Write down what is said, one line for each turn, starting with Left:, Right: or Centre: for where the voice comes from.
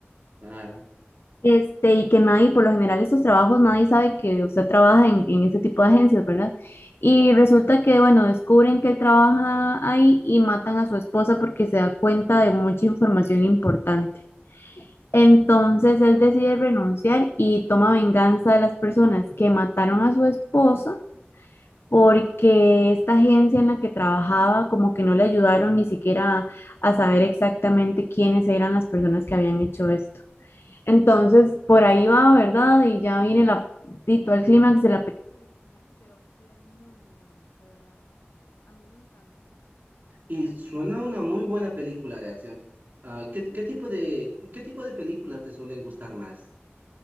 Right: Claro.
Left: Este, y que nadie, por lo general, esos trabajos, nadie sabe que usted trabaja en, en este tipo de agencias, ¿verdad? Y resulta que, bueno, descubren que él trabaja ahí y matan a su esposa porque se da cuenta de mucha información importante. Entonces él decide renunciar y toma venganza de las personas que mataron a su esposa porque esta agencia en la que trabajaba como que no le ayudaron ni siquiera a, a saber exactamente quiénes eran las personas que habían hecho esto. Entonces por ahí va, ¿verdad? Y ya viene la, y todo el clímax de
Right: Y suena una muy buena película de acción. Ah, ¿qué, qué tipo de, qué tipo de películas te suelen gustar más?